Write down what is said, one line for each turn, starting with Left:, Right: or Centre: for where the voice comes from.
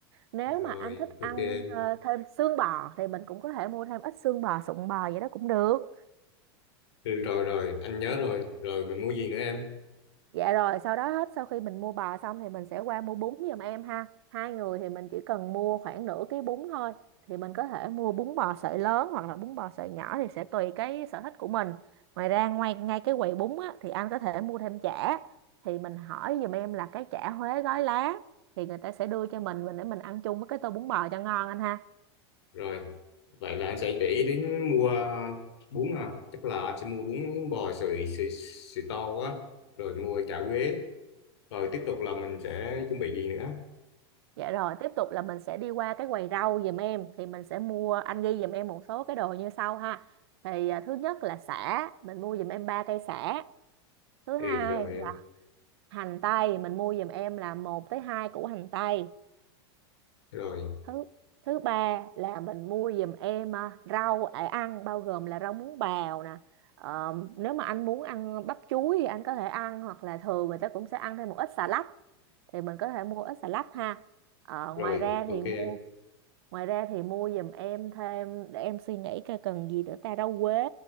Right: nếu
Left: rồi,
Right: mà anh thích
Left: ok
Right: ăn
Left: em.
Right: ờ, thêm xương bò thì mình cũng có thể mua thêm ít xương bò sụn bò vậy đó cũng được
Left: Ừ, rồi, rồi, anh nhớ rồi. Rồi, mình mua gì nữa em?
Right: Dạ rồi, sau đó hết sau khi mình mua bò xong thì mình sẽ qua mua bún giùm em ha. Hai người thì mình chỉ cần mua khoảng nửa ký bún thôi. Thì mình có thể mua bún bò sợi lớn hoặc là bún bò sợi nhỏ thì sẽ tùy cái sở thích của mình. Ngoài ra ngoài ngay cái quầy bún á, thì anh có thể mua thêm chả. Thì mình hỏi giùm em là cái chả Huế gói lá thì người ta sẽ đưa cho mình mình để mình ăn chung với cái tô bún bò cho ngon anh ha.
Left: Rồi, vậy là anh sẽ để ý đến mua bún à. tức là anh sẽ mua bún bò sợi, sợi, sợi to quá. Rồi mua chả quế. Rồi tiếp tục là mình sẽ chuẩn bị gì nữa?
Right: Dạ rồi, tiếp tục là mình sẽ đi qua cái quầy rau giùm em thì mình sẽ mua anh ghi giùm em một số cái đồ như sau ha. Thì à, thứ nhất là sả, mình mua giùm em ba cây sả. Thứ
Left: Ừ,
Right: hai
Left: rồi,
Right: là hành tây, mình mua giùm em là một tới hai củ hành tây.
Left: rồi,
Right: Thứ thứ ba là mình mua giùm em à, rau để ăn bao gồm là rau muống bào nè. Ờ, nếu mà anh muốn ăn bắp chuối thì anh có thể ăn hoặc là thường người ta cũng sẽ ăn thêm một ít xà lách thì mình có thể mua ít xà lách ha. Ờ,
Left: rồi,
Right: ngoài ra
Left: ok
Right: thì mua
Left: em.
Right: Ngoài ra thì mua giùm em thêm để em suy nghĩ coi cần gì nữa ta rau quế,